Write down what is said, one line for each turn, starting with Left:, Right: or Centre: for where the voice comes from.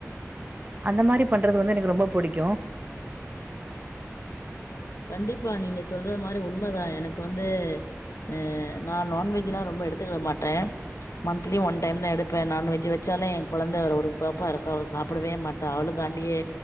Right: அந்த மாதிரி பண்றது வந்து எனக்கு ரொம்ப புடிக்கும்
Left: கண்டிப்பா நீங்க சொல்றது மாரி உண்மதான் எனக்கு வந்து அ நான் நான்வெஜ்ல்லாம் ரொம்ப எடுத்துக்கிட மாட்டேன் மந்த்லி ஒன் டைம் தான் எடுப்பேன் நான்வெஜ் வச்சாலும் என் குழந்தை ஒரு பாப்பா இருக்கும் அவ சாப்பிடவே மாட் ட்ட அவளுக்காண்டியே